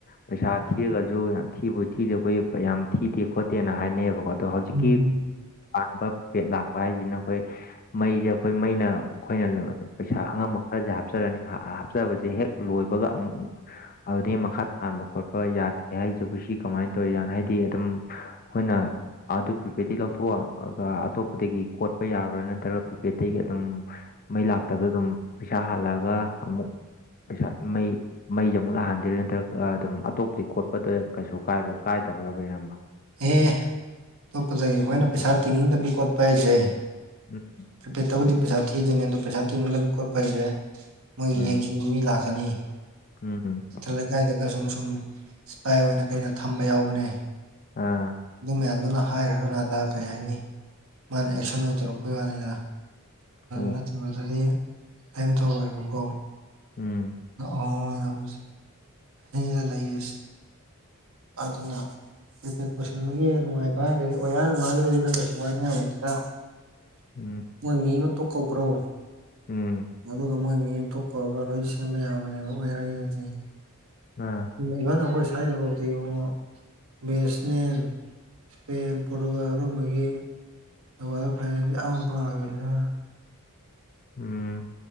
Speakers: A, on the left (about 40°); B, on the right (about 65°).
A: ꯄꯩꯁꯥ ꯊꯤꯔꯒꯁꯨ ꯌꯥꯝ ꯊꯤꯕ ꯊꯤꯗꯦ ꯑꯩꯈꯣꯏ ꯌꯥꯝ ꯊꯤꯗꯦ ꯈꯣꯠꯇꯦꯅ ꯍꯥꯏꯅꯩꯕꯀꯣ ꯑꯗꯣ ꯍꯧꯖꯤꯛꯀꯤ
B: ꯎꯝ
A: ꯄꯥꯟꯕ ꯄꯦꯠ ꯂꯥꯛꯄ ꯍꯥꯏꯁꯤꯅ ꯑꯩꯈꯣꯏ ꯃꯩꯁꯦ ꯑꯩꯈꯣꯏ ꯃꯩꯅ ꯑꯩꯈꯣꯏꯅ ꯄꯩꯁꯥ ꯑꯉꯝꯕ ꯈꯔꯁꯦ ꯍꯥꯞꯆꯔꯅꯤ ꯍꯥꯞꯆꯕꯁꯦ ꯍꯦꯛ ꯂꯣꯏꯕꯒ ꯑꯃꯨꯛ ꯑꯗꯨꯗꯒꯤ ꯃꯈꯥ ꯇꯥꯟꯕ ꯈꯣꯠꯄ ꯌꯥꯗꯦ ꯍꯥꯏꯖꯕꯨ ꯁꯤ ꯀꯃꯥꯏꯅ ꯇꯧꯔꯤꯖꯥꯠꯅꯣ ꯍꯥꯏꯗꯤ ꯑꯗꯨꯝ ꯑꯩꯈꯣꯏꯅ ꯑꯗꯨ ꯄ꯭ꯔꯤꯄꯦꯗꯇꯩ ꯂꯧꯊꯣꯛꯑꯒ ꯑꯇꯣꯞꯄꯗꯒꯤ ꯀꯣꯠꯄ ꯌꯥꯕ꯭ꯔꯥ ꯅꯠꯇ꯭ꯔꯒ ꯄ꯭ꯔꯤꯄꯦꯗꯇꯩꯒꯤ ꯑꯗꯨꯝ ꯃꯩ ꯂꯥꯛꯇꯕꯗ ꯑꯗꯨꯝ ꯄꯩꯁꯥ ꯍꯥꯜꯂꯛꯒ ꯑꯃꯨꯛ ꯄꯩꯁꯥ ꯃꯩ ꯃꯩꯁ ꯑꯃꯨꯛ ꯂꯥꯛꯍꯟꯗꯔꯤ ꯅꯠꯇ꯭ꯔꯒ ꯑꯗꯨꯝ ꯑꯇꯣꯞꯄꯗꯤ ꯈꯣꯠꯄꯗ ꯀꯩꯁꯨ ꯀꯥꯏꯗꯕ꯭ꯔꯕ ꯏꯌꯥꯝꯕ
B: ꯑꯦꯍ ꯑꯇꯣꯞꯄꯗꯒꯤ ꯑꯩꯈꯣꯏꯅ ꯄꯩꯁꯥ ꯇꯤꯡꯅꯤꯡꯗꯕꯤ ꯈꯣꯠꯄ ꯑꯩꯁꯦ
A: ꯎꯝ
B: ꯄ꯭ꯔꯤꯄꯦꯌꯔ ꯇꯧꯧꯕꯗꯤ ꯄꯩꯁꯥ ꯊꯤꯗꯣꯏꯅꯤ ꯑꯗꯣ ꯄꯩꯁꯥ ꯇꯤꯡꯅꯅꯕ ꯈꯣꯠꯄ ꯍꯥꯏꯁꯦ ꯃꯣꯏꯒꯤ
A: ꯎꯝ
B: ꯌꯦꯡꯁꯤꯟꯕ ꯃꯤ ꯂꯥꯛꯀꯅꯤ
A: ꯎꯝ ꯍꯝ
B: ꯃꯊꯛ ꯂꯩꯀꯥꯏꯗꯒ ꯁꯨꯝ ꯁꯨꯝ ꯏꯁꯄꯥꯏ ꯑꯣꯏꯅ ꯀꯩꯅ ꯊꯝꯕ ꯌꯥꯎꯕꯅꯦ
A: ꯑꯥ
B: ꯑꯗꯨ ꯃꯌꯥꯝꯗꯨꯅ ꯍꯥꯏꯈ꯭ꯔ ꯀꯅꯥꯗ ꯀꯔꯤ ꯍꯥꯏꯅꯤ ꯃꯥꯅ ꯑꯦꯛꯁꯟ ꯑꯣꯏꯅ ꯇꯧꯔꯛꯄꯩ ꯋꯥꯅꯤꯅ
A: ꯑꯣ
B: ꯅꯠꯇꯕꯗꯗꯤ ꯀꯝ ꯊꯣꯛꯂꯛꯑꯦꯕꯀꯣ
A: ꯎꯝ
B: ꯑ ꯌꯥꯝ ꯍꯗ ꯂꯩꯔꯤꯁꯤ ꯑꯗꯨꯅ ꯄ꯭ꯔꯤꯄꯦꯗ ꯄꯨꯁꯤꯟꯕꯒꯤ ꯅꯨꯡꯉꯥꯏ ꯍꯥꯏꯔꯒꯗꯤ ꯑꯣꯌꯥꯥ ꯅꯨꯡꯉꯥꯏꯒꯗꯗꯤ ꯅꯪꯒꯁꯨ ꯋꯥꯅꯤꯡꯉꯥꯏꯕꯅꯤꯗ
A: ꯎꯝ
B: ꯃꯣꯏ ꯃꯤ ꯑꯃ ꯇꯣꯛ ꯀꯧꯈ꯭ꯔꯣ
A: ꯎꯝ
B: ꯑꯗꯨꯒ ꯃꯣꯏ ꯃꯤ ꯌꯦꯟꯊꯣꯛ ꯀꯧꯔꯒ ꯂꯣꯏ ꯁꯦꯝꯕ ꯌꯥꯕꯅꯦꯕ ꯑꯣꯏꯍꯔꯒꯁꯗꯤ
A: ꯑꯥ
B: ꯏꯚꯟ ꯑꯩꯈꯣꯏ ꯁ꯭ꯋꯥꯏꯗꯐꯧꯗꯤꯤ ꯏꯕꯨꯡꯉꯣ ꯕꯦꯁꯃꯦꯟ ꯄꯦꯟ ꯄꯨꯔꯒ ꯑꯗꯨꯝꯕꯒꯤ ꯑꯗꯨꯒ ꯐꯥꯏꯅꯦꯜꯂꯤ ꯑ ꯄꯁꯤꯅ
A: ꯎꯝ